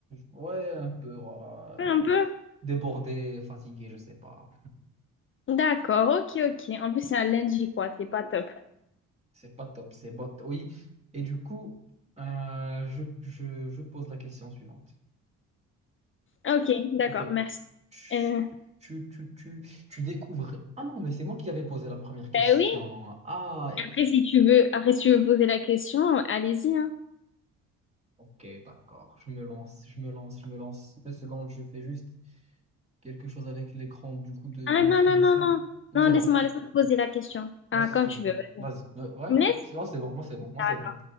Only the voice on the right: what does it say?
ouais, un peu, voilà,
euh, débordé, fatigué, je sais pas.
C'est pas top, c'est bot, oui. Et du coup, euh, je, je je pose la question suivante.
Ok.
Tu,
tu, tu, tu, tu découvres. Ah non, mais c'est moi qui avais posé la première question.
Ah, et-
ok, d'accord. Je me lance, je me lance, je me lance. Deux secondes, je fais juste quelque chose avec l'écran du coup de, de
notre
émission.
Non,
c'est
bon.
Moi,
si
tu
veux.
Vas-y. Euh, Ouais,
ouais,
c'est non, c'est bon, moi, c'est bon, moi,
c'est bon.